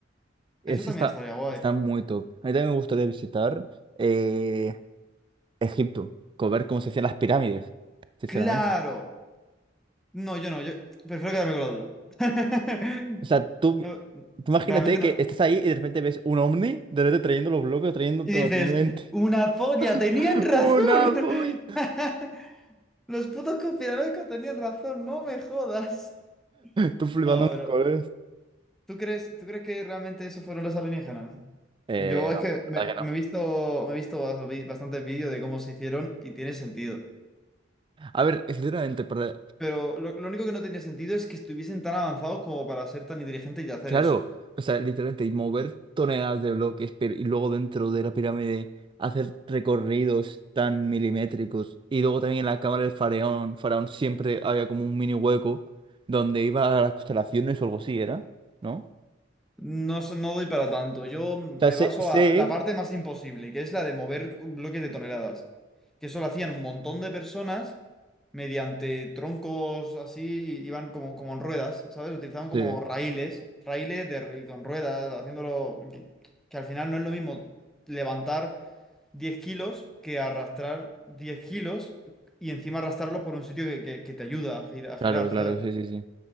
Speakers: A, on the right; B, in the centre.
A: Ese
B: Eso también
A: está,
B: estaría guay.
A: está muy top. A mí también me gustaría visitar eh, Egipto, co- ver cómo se hacían las pirámides, sinceramente.
B: ¡Claro! No, yo no, yo prefiero quedarme con la duda. <laughs>
A: O sea, tú,
B: No,
A: tú imagínate
B: realmente
A: que
B: no.
A: estás ahí y de repente ves un ovni, de repente trayendo los bloques, trayendo
B: Y
A: todo
B: dices,
A: finalmente.
B: una polla, tenían
A: <laughs>
B: razón.
A: ¡Una polla!
B: <laughs> Los putos conspiranoicos tenían razón, no me jodas.
A: Tú flipando
B: No,
A: en
B: pero
A: colores.
B: ¿tú crees, tú crees que realmente eso fueron los alienígenas?
A: Eh,
B: Yo es
A: no,
B: que me,
A: la verdad
B: me
A: que
B: he visto, me he visto bas- vi- bastantes vídeos de cómo se hicieron y tiene sentido.
A: no. A ver, sinceramente, para
B: Pero lo, lo único que no tiene sentido es que estuviesen tan avanzados como para ser tan inteligentes y hacer
A: Claro,
B: eso.
A: o sea, literalmente, y mover toneladas de bloques, pero, y luego dentro de la pirámide hacer recorridos tan milimétricos. Y luego también en la cámara del faraón, faraón siempre había como un mini hueco donde iba a las constelaciones o algo así, ¿era? ¿No? O
B: No, sé- no doy para tanto. Yo me
A: sea, sé,
B: baso
A: sé-
B: a la parte más imposible, que es la de mover bloques de toneladas. Que eso lo hacían un montón de personas mediante troncos así, y iban como, como en ruedas, ¿sabes? Utilizaban como
A: Sí,
B: raíles, raíles de, con ruedas, haciéndolo... Que, que al final no es lo mismo levantar 10 kilos que arrastrar 10 kilos y encima arrastrarlos por un sitio que, que- que te ayuda a gir- a
A: claro,
B: girar,
A: claro,
B: ¿sabes?
A: sí, sí, sí.